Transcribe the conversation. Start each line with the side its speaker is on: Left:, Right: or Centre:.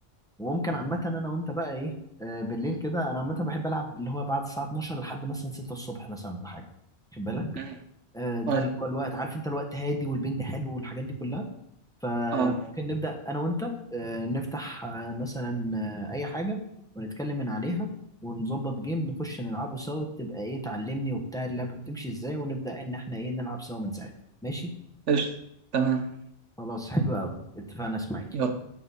Centre: وممكن عامة انا وانت بقى ايه آه، بالليل كده انا عامة بحب العب اللي هو بعد الساعة 12 لحد مثلا 6 الصبح مثلا ولا حاجة خد بالك
Right: مم.
Centre: آه، ده
Right: اه
Centre: اللي هو الوقت عارف انت الوقت هادي والبنج حلو والحاجات دي كلها فممكن
Right: آه.
Centre: نبدأ أنا وأنت آه، نفتح آه، مثلا آه، أي حاجة ونتكلم من عليها ونظبط جيم نخش نلعبه سوا تبقى إيه تعلمني وبتاع اللعبة بتمشي إزاي ونبدأ إن إحنا إيه نلعب سوا من ساعتها ماشي؟
Right: قشطة تمام
Centre: خلاص حلو أوي اتفقنا إسماعيل
Right: يلا